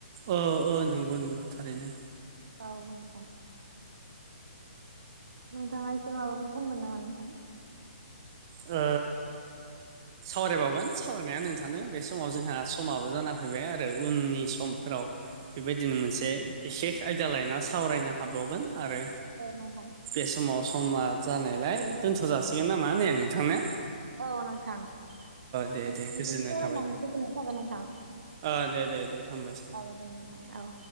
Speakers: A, on the right; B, on the right.
A: अ अ नंगौ नंगौ थारैनो।
B: औ नोंथां नोंथाङा एसे माबाफोर बुंगोन नामा नोंथां?
A: ओ सावरायबावगोन सावरायनाया नोंथानो बे समाव जोंहा समाबो जाना फैबाय आरो उननि समफोराव बेबायदिनो मोनसे बिसेख आयदा लायना सावरायनो हाबावगोन आरो
B: औ नोंथां
A: बे समाव समा जानायलाय दोनथ' जाासिगोन नामा ने नोंथां ने
B: औ नोंथां नोंथांजों
A: दे दे गोजोननाय
B: सावराननानै
A: थाबाय दे
B: गोजोननाय थाबाय नोंथां।
A: ओ दे दे दे हामबायसै।
B: औ दे नोथां औ